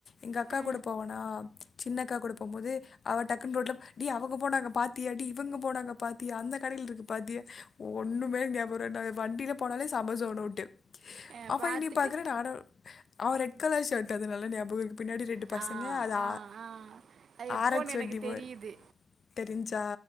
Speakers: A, on the left (about 45°); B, on the right (about 60°).
A: எங்கக்கா
B: ஆ,
A: கூட போவனா சின்னக்கா கூட போம் போது அவ டக்குன் ரோட்ல டி அவுங்க போனாங்க பாத்தியாடி இவுங்க போனாங்க பாத்தியா அந்த கடையில இருக்கு பாத்தியா ஒன்னுமே ஞாபக வராது நா வண்டில போனாலே சம சோனவுட்டு
B: ஆ,
A: அவ
B: பார்த்துட்டு
A: என்னிய பாக்குற நானு அவ ரெட் கலர் ஷர்ட் அதனால ஞாபக இருக்கு பின்னாடி ரெட் டு
B: ஆ,
A: பசங்க அது
B: ஆ, ஆ. அது எப்போன்னு
A: ஆரக்ஸ்
B: எனக்கு
A: வண்டி போ
B: தெரியுது.
A: தெரிஞ்சா